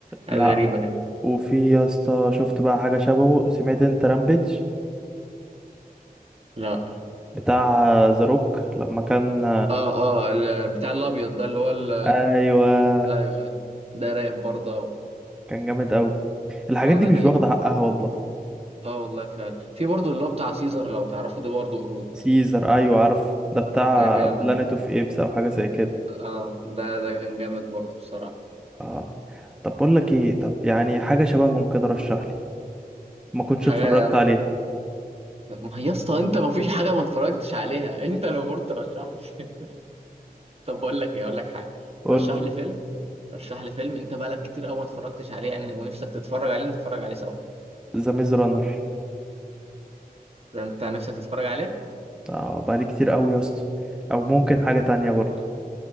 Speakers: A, on the right; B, in the centre.
A: حاجات
B: لا
A: غريبة كده
B: وفي يا اسطى شفت بقى حاجه شبهه سمعت انت رامبيج
A: لا
B: بتاع ذا روك لما كان
A: اه اه ال- بتاع الابيض ده اللي هو ال-
B: ايوه
A: ايوه ايوه ده رايق برضه أوي.
B: كان جامد قوي الحاجات
A: اه
B: دي
A: ده
B: مش
A: حقيقة
B: واخده حقها والله
A: اه والله فعلا في برضه اللي هو بتاع سيزر لو تعرفوا ده برضه قرود
B: سيزر ايوه عارف ده بتاع
A: ده جامد
B: بلانيت اوف ايبس او حاجه زي كده
A: اه ده ده كان جامد برضه بصراحة
B: اه طب بقول لك ايه طب يعني حاجه شبههم كده رشح لي ما كنتش
A: حاجة
B: اتفرجت عليها
A: ما هي يا اسطى انت ما فيش حاجة ما اتفرجتش عليها <laughs> انت اللي المفروض ترشح لي <laughs> طب بقول لك ايه اقول لك حاجة
B: قول
A: رشح لي فيلم رشح لي فيلم انت بقالك كتير قوي ما اتفرجتش عليه يعني ونفسك تتفرج عليه نتفرج عليه سوا
B: ذا ميز رانر
A: ده انت نفسك تتفرج عليه
B: آه بقالي كتير قوي يا اسطى او ممكن حاجة تانية برضه